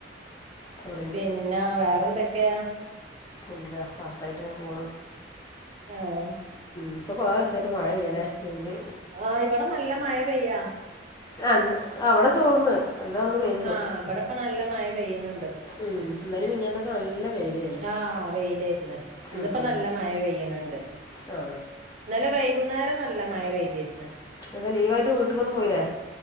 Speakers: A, on the left; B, on the right.
A: ഇവിടില്ല,
B: പിന്നെ വേറെന്തൊക്കെയാ
A: എന്താ ഭർത്താവായിട്ടിങ്ങനെ പോണു.
B: ആഹ്
A: ഇപ്പകുറേ ദിവസമായിട്ടുമഴയില്ലായല്ലേ പെയ്യുന്നേ...
B: ആഹ് ഇവിടെനല്ല മഴ പെയ്യുവാ.
A: ആഹ്.. ഇവിടെതോർന്നു. നല്ലതൊന്നു പെയ്
B: ആഹ്.. ഇവിടെയിപ്പം നല്ല മഴ പെയ്യുന്നുണ്ട്.
A: ഉം. ഇന്നലെ മിഞ്ഞാന്നൊക്കെ നല്ല വെയിലായിരുന്നു
B: ആഹ്‌.. വെയിലായിരുന്നു ഇന്നിപ്പോനല്ല
A: ഉം, ഉം.
B: മഴ പെയ്യുന്നുണ്ട്.
A: ആ
B: ഇന്നലെ വൈകുന്നേരം നല്ലമഴ പെയ്തിരുന്നു.
A: ഇന്നലെ ലീവായിട്ടു വീട്ടിലേക്കൊന്നും പോയില്ലേ?